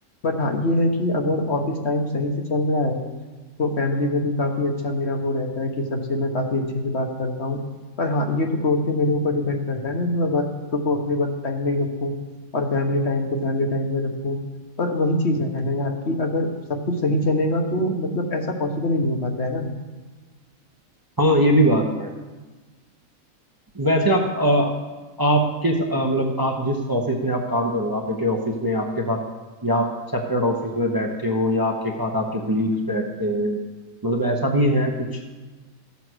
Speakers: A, on the left; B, on the right.
A: बट हाँ ये है कि अगर ऑफिस टाइम सही से चल रहा है तो फैमिली में भी काफी अच्छा मेरा वो रहता है कि सबसे मैं काफी अच्छे से बात करता हूँ पर हाँ ये तो टोटली मेरे ऊपर डिपेंड करता है ना कि मैं वर्क को अपने वर्क टाइम में ही रखूँ और फैमिली टाइम को फैमिली टाइम में रखूँ पर वही चीज है ना यार कि अगर सब कुछ सही चलेगा तो मतलब ऐसा पॉसिबल ही नहीं हो पाता है ना
B: हाँ ये भी बात है वैसे आप अ, आपके स- अ, मतलब आप जिस ऑफिस में आप काम कर रहे हो आप एक ऑफिस में आपके साथ या आप सेपरेट ऑफिस में बैठते हो या आपके साथ आपके कुलीग्स बैठते हैं मतलब ऐसा भी है कुछ